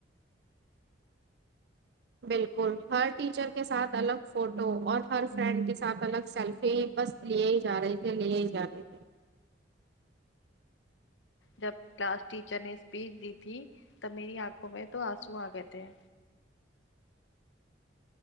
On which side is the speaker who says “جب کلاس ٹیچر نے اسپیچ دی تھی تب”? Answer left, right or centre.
Left